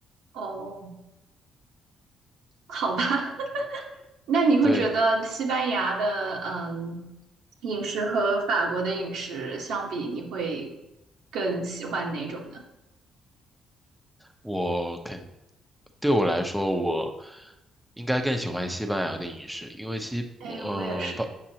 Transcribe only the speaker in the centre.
对。
我肯，对我来说，我应该更喜欢西班牙的饮食，因为西，
呃，
巴，